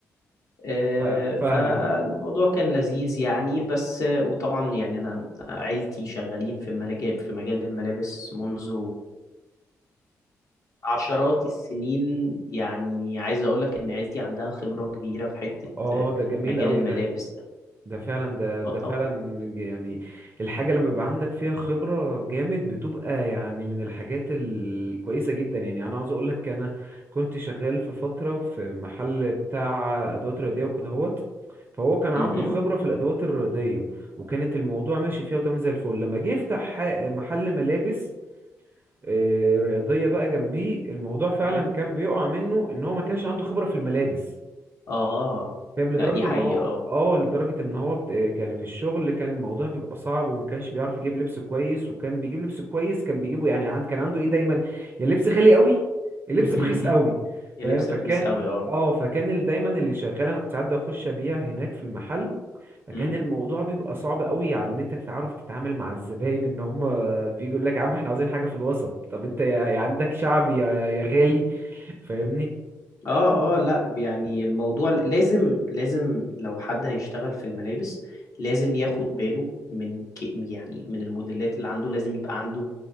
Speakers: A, on the left; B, on the right.
A: آه
B: فا- فاهمك
A: فالموضوع كان لذيذ يعني بس آه، وطبعا يعني انا عيلتي شغالين في ملاجئ في مجال الملابس منذ عشرات السنين يعني عايز اقول لك ان عيلتي عندها خبرة كبيرة في حتة
B: اه
A: آه،
B: ده جميل
A: مجال
B: قوي
A: الملابس
B: ده
A: ده
B: ده فعلا ده ده
A: اه
B: فعلا
A: طبعا
B: يعني الحاجة لما يبقى عندك فيها خبرة جامد بتبقى يعني من الحاجات الكويسة جدا يعني أنا عاوز أقولك أنا كنت شغال في فترة في محل بتاع أدوات رياضية وكده هوت فهو كان عنده
A: مهم.
B: خبرة في الأدوات الرياضية وكانت الموضوع ماشي فيها وتمام زي الفل لما جه يفتح ح- محل ملابس آه، رياضية بقى جنبيه الموضوع فعلا
A: مم.
B: كان بيقع منه إن هو ما كانش عنده خبرة في الملابس
A: اه
B: فاهم لدرجة
A: لا دي حقيقة
B: ان هو
A: اه
B: اه لدرجة ان هو بت... يعني في الشغل كان الموضوع بيبقى صعب وما كانش بيعرف يجيب لبس كويس وكان بيجيب لبس كويس كان بيجيبه يعني عند كان عنده ايه دايما يا لبس غالي قوي يا لبس
A: <laughs>
B: رخيص قوي
A: يا
B: فاهم
A: لبس
B: فكان
A: رخيص قوي اه
B: اه فكان ال- دايما اللي شغال انا كنت ساعات بخش ابيع هناك في المحل فكان
A: مم.
B: الموضوع بيبقى صعب قوي على ان انت تتعرف تتعامل مع الزباين ان هم بيجوا لك يا عم احنا عاوزين حاجة في الوسط طب انت يا يا عندك شعبي يا يا غالي فاهمني
A: اه
B: هو
A: اه لا يعني الموضوع لازم لازم لو حد هيشتغل في الملابس لازم ياخد باله من ك- يعني من الموديلات اللي عنده لازم يبقى عنده